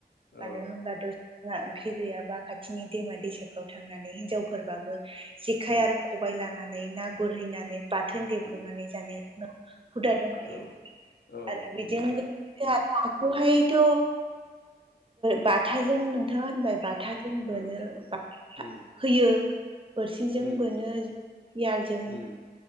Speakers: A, on the right (about 30°); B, on the left (about 75°).
A: मानो
B: औ
A: होनब्ला द ना ओंख्रि गैयाबा खाथिनि दैमा दैसाफ्राव थांनानै हिनजावफोरबाबो जेखाय
B: औ
A: आरो खबाय लानानै ना गुरहैनानै ब थोन देब्रबनानै
B: उम
A: जानाया जोंनाव हुदा दंखायो
B: औ औ
A: आरो बेजों
B: बेफोर
A: जों नाखौहायथ' बाथाजों नोंथाङा होनबाय बाथ खोथाजों बोनो
B: औ
A: ब
B: उम
A: होयो बोरसिजों
B: उम
A: बोनो लजों
B: उम